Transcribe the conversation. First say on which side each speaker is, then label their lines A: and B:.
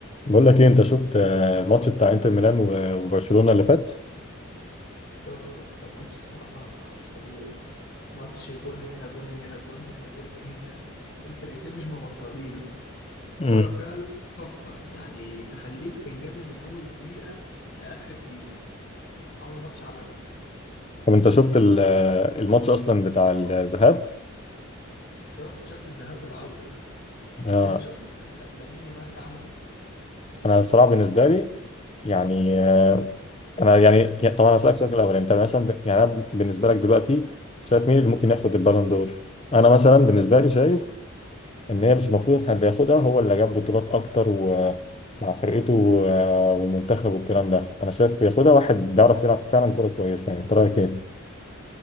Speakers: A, on the left; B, on the left.
A: بقول لك ايه انت شفت آه، الماتش بتاع انتر ميلان و- وبرشلونة اللي فات
B: شفته كان ماتش الصراحة مش طبيعي ماتش جون هنا جون هنا جون هنا جون هنا الفرقتين مش مبطلين
A: مم.
B: كرة فعلا تحفة يعني تخليك تنجذب من أول دقيقة لآخر دقيقة عملوا ماتش عالمي
A: طب انت شفت ال- آه، الماتش اصلا بتاع الذهاب
B: شفت شفت الذهاب والعودة
A: آه،
B: أنت شفت لامين يامال ده عمل إيه؟
A: انا الصراحة بالنسبة لي يعني آه، انا يعني يعني- طبعا هسألك سؤال الاول انت مثلا ب- يعني أنا بالنسبة لك دلوقتي شايف مين اللي ممكن ياخد البالون دور انا مثلا بالنسبة لي شايف ان هي مش المفروض اللي ياخدها هو اللي جاب بطولات اكتر ومع فرقته و- آه، والمنتخب والكلام ده انا شايف ياخدها واحد بيعرف يلعب فعلا كورة كويسة يعني انت رأيك ايه؟